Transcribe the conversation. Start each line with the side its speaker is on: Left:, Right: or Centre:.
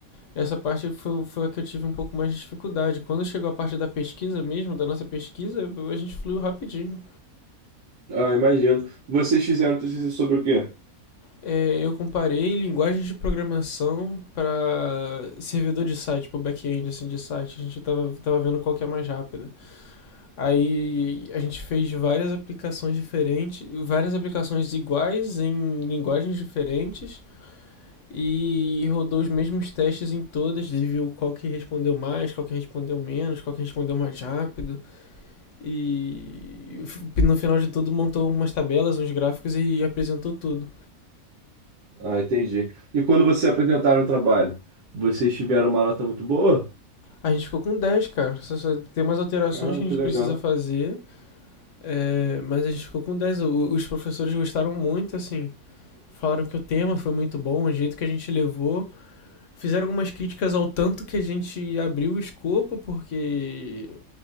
Left: Essa parte foi, foi a que eu tive um pouco mais de dificuldade. Quando chegou a parte da pesquisa mesmo, da nossa pesquisa, a gente fluiu rapidinho.
Right: Ah, imagino. Vocês fizeram TCC sobre o quê?
Left: É, eu comparei linguagens de programação para servidor de site, para back-end, assim, de site. A gente tava, tava vendo qual que é mais rápida. Aí a gente fez várias aplicações diferentes, várias aplicações iguais em linguagens diferentes e rodou os mesmos testes em todas e viu qual que respondeu mais, qual que respondeu menos, qual que respondeu mais rápido e no final de tudo montou umas tabelas, uns gráficos e apresentou tudo.
Right: Ah, entendi. E quando você apresentaram o trabalho, vocês tiveram uma nota muito boa?
Left: A gente ficou com dez, cara. Tem umas alterações
Right: Caramba,
Left: que a
Right: que
Left: gente
Right: legal.
Left: precisa fazer, é, mas a gente ficou com 10. Os professores gostaram muito, assim. Falaram que o tema foi muito bom, o jeito que a gente levou. Fizeram algumas críticas ao tanto que a gente abriu o escopo, porque